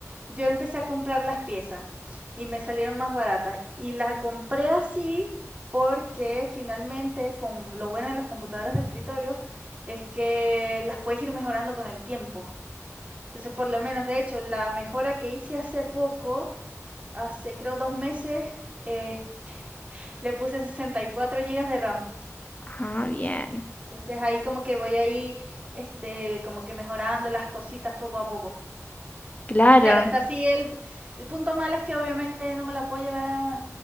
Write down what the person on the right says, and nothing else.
yo empecé a comprar las piezas. Y me salieron más baratas. Y las compré así porque finalmente, con lo bueno de las computadoras de escritorio, es que las puedes ir mejorando con el tiempo. Entonces, por lo menos, de hecho, la mejora que hice hace poco, hace creo dos meses, eh, le puse 64 gigas de RAM.
Entonces ahí como que voy ahí, este, como que mejorando las cositas poco a poco.
Y claro, está así el el punto malo es que obviamente no me la puedo llevar a